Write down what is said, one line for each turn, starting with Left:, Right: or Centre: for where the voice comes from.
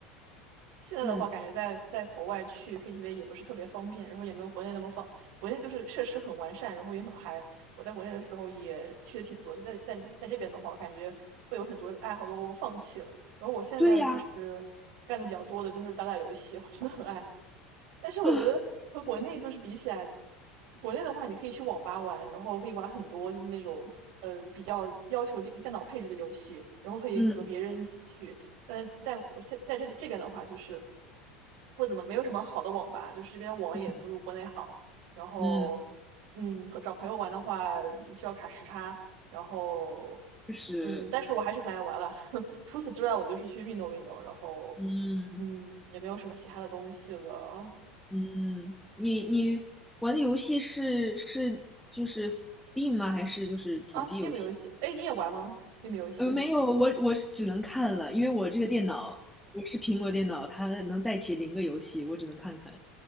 Right: 现在的话，
Centre: 嗯，
Right: 感觉在在国外去 KTV 也不是特别方便，然后也没有国内那么放。国内就是设施很完善，然后也很嗨。我在国内的时候也去的挺多的，在在在这边的话，我感觉会有很多爱好都放弃了。然后我现在就是干的比较多的就是打打游戏，
Centre: 对呀，
Right: 我真的很爱但是我觉得和国内就是比起来，
Centre: 啊，
Right: 国内的话你可以去网吧玩，然后可以玩很多就是那种呃比较要求电电脑配置的游戏，然后可以和别人一起去。
Centre: 嗯
Right: 但在国在在这这边的话，就是不怎么没有什么好的网吧，就是这边网也不如国内好。
Centre: 嗯，
Right: 然后
Centre: 嗯，
Right: 嗯，和找朋友玩的话需要卡时差，然后
Centre: 就是
Right: 嗯，但是我还是很爱玩了。<laughs> 除此之外，我就是去运动运动，然后。
Centre: 嗯
Right: 嗯，也没有什么其他的东西了。
Centre: 嗯，你你玩的游戏是是就是 Steam 吗？还是就是主机游戏？
Right: 啊，Steam 游戏，哎，你也玩吗？Steam 游戏，
Centre: 呃，没有，我我是只能看了，因为我这个电脑我是苹果电脑，它能带起零个游戏，我只能看看。